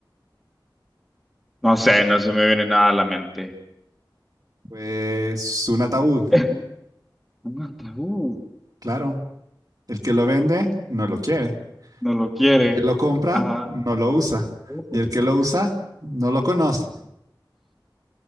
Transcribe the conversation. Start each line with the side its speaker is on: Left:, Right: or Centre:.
Centre: No sé, no se me viene nada a la mente.
Right: Pues un ataúd,
Centre: <laughs> Un ataúd.
Right: claro. El que lo vende no lo quiere,
Centre: No lo quiere.
Right: el que lo compra
Centre: Ajá.
Right: no lo usa
Centre: Ojo.
Right: y el que lo usa no lo conoce.